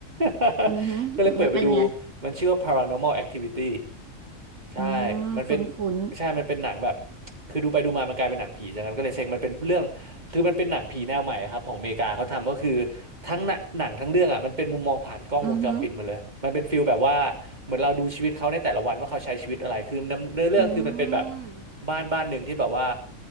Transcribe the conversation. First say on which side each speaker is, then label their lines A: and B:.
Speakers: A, on the right (about 30°); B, on the right (about 70°).
A: <laughs>
B: อือฮึแล้วเป็นไง
A: ก็เลยเปิดไปดูมันชื่อว่า Paranormal Activity ใช่
B: อืมคุ้นคุ้น
A: มันเป็นใช่มันเป็นหนังแบบคือดูไปดูมามันกลายเป็นหนังผีจากนั้นก็เลยเซ็งมันเป็นเรื่องคือมันเป็นหนังผีแนวใหม่ครับของอเมริกาเขาทำก็คือทั้งหนังหนังทั้งเรื่องอ่ะมันเป็นมุมมองผ่านกล้องวงจรปิดหมาเลยมันเป็นฟิลแบบว่า
B: อือฮึ
A: เหมือนเราดูชีวิตเขาในแต่ละวันว่าเขาใช้ชีวิตอะไรคือเนื้อเนื้อเรื่องคือมันเป็นแบบ
B: อืม
A: บ้านบ้านหนึ่งที่แบบว่า